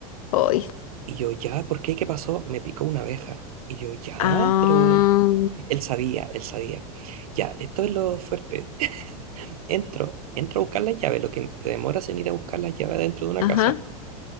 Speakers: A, on the left; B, on the right.
A: Hoy.
B: Y yo, ya, ¿por qué? ¿Qué pasó? Me picó una abeja. Y yo, ya,
A: Ah,
B: pero él sabía, él sabía. Ya, esto es lo fuerte. <laughs> Entro, entro a buscar las llaves, lo que te demoras en ir a buscar las llaves dentro de una
A: ajá.
B: casa.